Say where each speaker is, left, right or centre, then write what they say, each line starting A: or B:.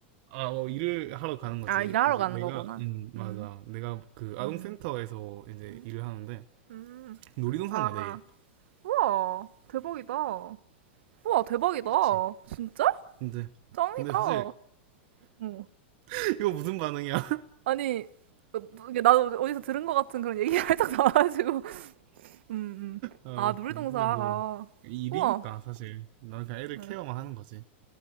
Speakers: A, on the right (about 50°); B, on the right (about 70°).
A: 아, 어, 일을 하러 가는 거지.
B: 아 일하러
A: 이제
B: 가는
A: 내가,
B: 거구나.
A: 음, 맞아.
B: 음,
A: 내가 그 아동센터에서
B: 음.
A: 이제
B: 음.
A: 일을 하는데,
B: 음.
A: 놀이동산
B: 아,
A: 가, 내일.
B: 우와, 대박이다. 우와 대박이다.
A: 그치.
B: 진짜?
A: 근데,
B: 짱이다.
A: 근데 사실,
B: 응.
A: <laughs> 이거 무슨 반응이야?
B: 아니 어, 너- 이게 나도 어디서 들은 것 같은 그런 얘기가 <laughs> 살짝 나와가지고. 음, 음.
A: 아,
B: 아 놀이동산.
A: 그래. 근데
B: 아
A: 뭐, 일이니까,
B: 우와.
A: 사실. 난 그냥 애들
B: 응.
A: 케어만 하는 거지.